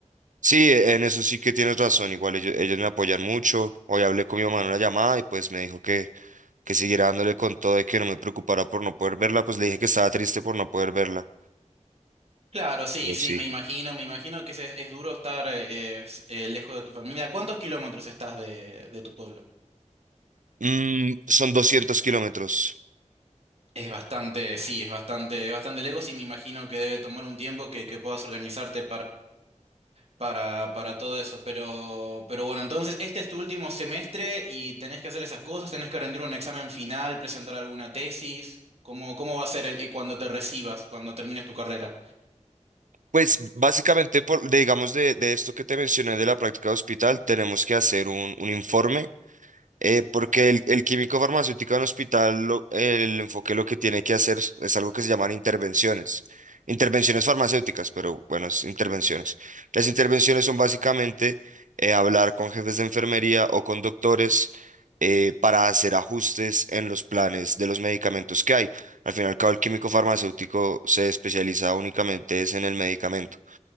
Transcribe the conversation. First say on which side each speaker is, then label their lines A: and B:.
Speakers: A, on the right; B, on the right.
A: Sí, en eso sí que tienes razón. Igual ellos, ellos me apoyan mucho. Hoy hablé con mi mamá en una llamada y pues me dijo que, que siguiera dándole con todo y que no me preocupara por no poder verla. Pues le dije que estaba triste por no poder verla.
B: Claro, sí,
A: Pero
B: sí,
A: sí.
B: me imagino, me imagino que es, es duro estar eh, s- eh, lejos de tu familia. ¿Cuántos kilómetros estás de, de tu pueblo?
A: Mm, son 200 kilómetros.
B: Es bastante, sí, es bastante, es bastante lejos y me imagino que debe tomar un tiempo que, que puedas organizarte para, para todo eso. Pero, pero bueno, entonces este es tu último semestre y tenés que hacer esas cosas, tenés que rendir un examen final, presentar alguna tesis. ¿Cómo, cómo va a ser el, eh, cuando te recibas, cuando termines tu carrera?
A: Pues básicamente, por, de- digamos, de, de esto que te mencioné de la práctica de hospital, tenemos que hacer un, un informe eh, porque el, el químico farmacéutico en hospital, lo- el enfoque lo que tiene que hacer es es algo que se llaman intervenciones. Intervenciones farmacéuticas, pero bueno, es intervenciones. Las intervenciones son básicamente eh, hablar con jefes de enfermería o con doctores eh, para hacer ajustes en los planes de los medicamentos que hay. Al final, el químico farmacéutico se especializa únicamente es en el medicamento.